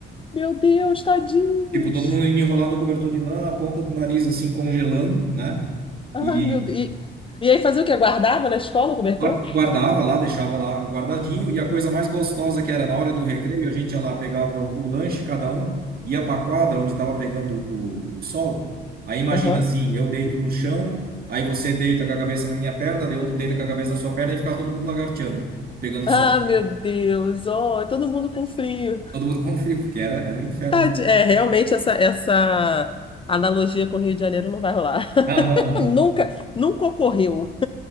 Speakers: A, on the left; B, on the right.
A: Meu Deus, tadinhos.
B: Tipo, todo mundo indo enrolado no cobertor de lã, a ponta do nariz assim congelando, né?
A: Ai,
B: E
A: meu Deus. E, e aí fazia o quê? Guardava na escola o cobertor?
B: guar- guardava lá, deixava lá guardadinho, e a coisa mais gostosa que era na hora do recreio, a gente ia lá, pegava o, o lanche, cada um, ia para a quadra onde estava pegando o, o sol. Aí imagina
A: Aham.
B: assim, eu deito no chão, aí você deita com a cabeça na minha perna, de outro deita com a cabeça na sua perna e ficava todo mundo lagarteando, pegando
A: Ah,
B: sol.
A: meu Deus. Oh, todo mundo com frio.
B: todo mundo com frio, porque era, era um inferno.
A: Tadi- É, realmente essa, essa analogia com o Rio de Janeiro não vai rolar. <laughs>
B: Não, não rola,
A: Nunca,
B: né?
A: nunca ocorreu.